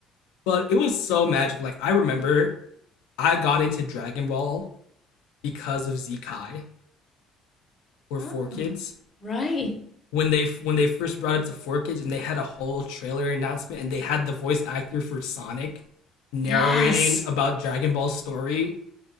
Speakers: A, on the left (about 85°); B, on the left (about 40°).
A: but it was so magical. Like I remember, I got into Dragon Ball because of Zekai or Four
B: oh,
A: Kids
B: right.
A: when they when they first brought it to Four Kids and they had a whole trailer announcement and they had the voice actor for Sonic narrating
B: Yes.
A: about Dragon Ball's story